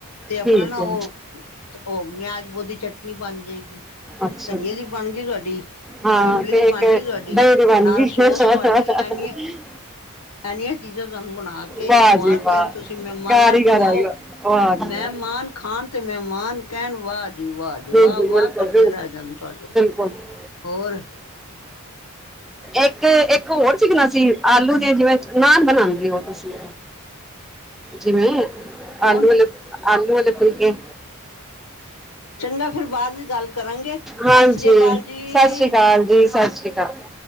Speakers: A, on the left; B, in the centre.
A: ਤੇ ਆਪਣਾ
B: ਠੀਕ
A: ਨਾ
B: ਹੈ
A: ਉਹ ਉਹ ਮਿਆ ਬੋ ਦੀ ਚਟਨੀ ਬਣ ਜਾਏਗੀ
B: ਅੱਛਾ
A: ਧਨੀਏ ਦੀ ਬਣ ਗੀ ਤੁਹਾਡੀ
B: ਹਾਂ
A: ਇਮਲੀ
B: ਕੇਕ
A: ਦੀ ਬਣ ਗੀ ਤੁਹਾਡੀ
B: ਡੇਰੀ ਬਣ
A: ਨਾਲ
B: ਗਈ
A: ਸੋਸ ਬਣ ਗੀ ਐਨੀ ਐ ਨੀਆਂ ਚੀਜ਼ਾਂ ਤੁਹਾਨੂੰ ਬਣਾ ਕੇ
B: ਵਾਹ
A: ਖੁਆਤੀਆਂ
B: ਜੀ ਵਾਹ
A: ਨੇ ਤੁਸੀਂ ਮਹਿਮਾਨਾਂ
B: ਕਾਰੀਗਰ
A: ਨੂੰ ਖੁਆਓ
B: ਆਈ ਵਾਹ ਜੀ ਵਾਹ।
A: ਮੈਂ ਮਾਨ ਖਾਣ ਤੇ ਮਹਿਮਾਨ ਕਹਿਣ ਵਾਹ ਜੀ ਵਾਹ ਜੀ ਵਾਹ
B: ਬਿਲਕੁਲ
A: ਵਾਹ
B: ਬਿਲਕੁਲ
A: ਕਰਦੇ
B: ਬਿਲਕੁਲ,
A: ਰਹਿ ਜਾਣ ਤੁਹਾਡੇ
B: <unintelligible>
A: ਹੋਰ
B: ਇੱਕ-ਇੱਕ ਹੋਰ ਸੀਕਨਾ ਸੀਂ ਆਲੂ ਦੇ ਜਿਵੇਂ ਨਾਨ ਬਨਾਂਦੇ ਓਂ ਤੁਸੀਂ। ਜਿਵੇਂ
A: ਕੌਣ
B: ਆਲੂ ਆਲੇ ਆਲੂ ਆਲੇ ਫੁਲਕੇ
A: ਚੰਗਾ ਫਿਰ ਬਾਦ ਚ ਗੱਲ ਕਰਾਂਗੇ।
B: ਹਾਂਜੀ
A: ਸਤਿ ਸ੍ਰੀ ਅਕਾਲ ਜੀ
B: ਸਸ ਰੀ ਕਾਲ ਜੀ ਸਸ ਰੀ ਕਾਲ।